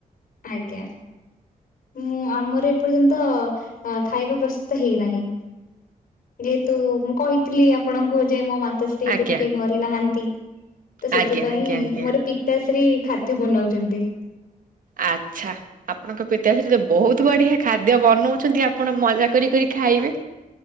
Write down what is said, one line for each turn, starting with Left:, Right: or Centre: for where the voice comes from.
Left: ଆଜ୍ଞା। ମୁଁ ଆମର ଏପର୍ଯ୍ୟନ୍ତ ଖାଇବା ପ୍ରସ୍ତୁତ ହେଇନାହିଁ। ଯେହେତୁ ମୁଁ କହିଥିଲି ଆପଣଙ୍କୁ ଯେ ମୋ ମା ତ ଶ୍ରୀ
Right: ଆଜ୍ଞା
Left: ଏବେ ଟିକେ ଘରେ ନାହାନ୍ତି ତ ସେଥିପାଇଁ
Right: ଆଜ୍ଞା ଆଜ୍ଞା ଆଜ୍ଞା।
Left: ମୋର ପିତ ତାଶ୍ରୀ ଖାଦ୍ୟ ବନାଉଛନ୍ତି।
Right: ଆଚ୍ଛା। ଆପଣଙ୍କ ପିତାଶ୍ରୀ ତ ବହୁତ ବଢ଼ିଆ ଖାଦ୍ୟ ବନଉଛନ୍ତି। ଆପଣ ମଜା କରି କରି ଖାଇବେ।